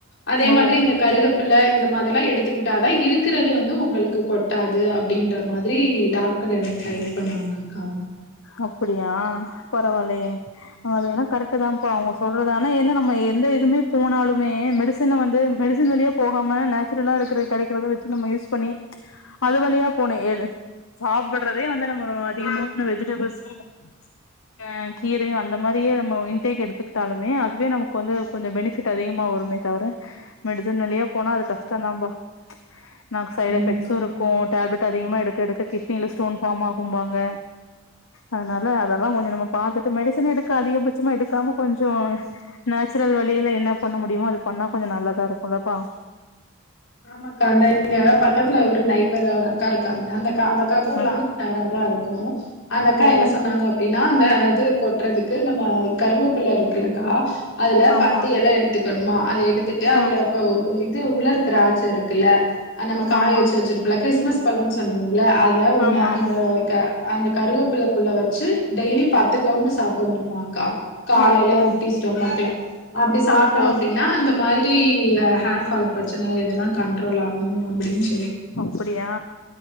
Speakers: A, on the left; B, on the left.
A: அதே
B: ஓ
A: மாதிரி
B: ஓ
A: இந்த கருகப் பில்ல இந்த மாதிரிலா எடுத்துக்கிட்டாதா இருக்கிறது வந்து ஒங்களுக்கு கொட்டாது அப்டின்ற மாதிரி டாக் டர் எனக்கு டைப் பண்ணுவாங்கக்கா
B: அப்டியா பரவால்லயே அதுவேணா கரெக்டு தாம்ப்பா அவ்ங்க சொல்றது ஆனா ஏனா நம்ம எந்த இதுவுமே போனாலுமே மெடிச ன வந்து மெடிசின் வழியா போகாம நேச்சுரலா இருக்றது கெடைக்கிறத வெச்சு நம்ம யூஸ் பண்ணி அது வழியா போனே ஏது சாப்புட்றதே வந்து நம்மொரு அதிகமா வந்து வெஜிட் டபுள்சும்
A: <inaudible>
B: அ கீரையு அந்த மாரியே நம்ம இன்டேக் எடுத்துக்கிட்டாலுமே அதுவே நமக்கு வந்து கொஞ்சோ பெனிஃபிட் அதிகமா வருமே தவிர மெடிசன் வழியா போனா அது கஷ்டந்தாம்பா நாக் சைட்
A: ஆமாக்கா
B: எஃபெக்ட்ஸும் இருக்கும் டேப்லெட் அதிகமா எடுக்க எடுக்க கிட்னில ஸ்டோன் ஃபார்ம் ஆகும்பாங்க அதுனால அதெல்லா கொஞ்சோ நம்ம பாத்துட்டு மெடிசன் எடுக்க அதிகபட்சமா எடுக்காம கொஞ்சோ நேச்சுரல் வழியில என்ன பண்ண முடியுமோ அது பண்ணா கொஞ்சோ நல்லாதா இருக்குல்லப்பா
A: ஆமாக்கா அந்த எங்க பக்கத்துல ஒரு நைபர் வேற அக்கா இருக்காங்க அந்தகா அந்த அக்காகு ஒரு
B: அ
A: லாங் ஹேரா தா இருக்கு அந்த அக்கா
B: ஓ
A: என்ன சொன்னாங்க அப்டின்னா அந்த இது கொட்றதுக்கு நம்ம கருவப்ல இருக்குலக்கா அதுல
B: ஆமா
A: பத்து எல எடுத் த்துக்கணுமா அத எடுத்துட்டு அதுல
B: ஆ
A: கோ ஓ இது உலர் த்ராச்ச இருக்குல அ நம்ம காய
B: ஆமா
A: வச்சு வச்சிருப்பல கிறிஸ்மஸ் பழோனு சொல்லுவோம்ல அத உண்ண
B: ஆமா
A: அந்த
B: ஆமா
A: க அந்த கருவப்லக்குள்ள வச்சு டெய்லி பத்து கவுண்டு சாப்படணுமாக்கா காலைல
B: ஓ ஓ
A: எம்டி ஸ்டொமக்ல அப்டி சாப்ட்டோம்
B: ஓஹோ
A: அப்டின்னா அந்த மாதி ரி ஹேர்ஃபால் ப்ரச்சன இதெல்லா கண்ட்ரோல் ஆகும் அப்டின்னு
B: அப்படியா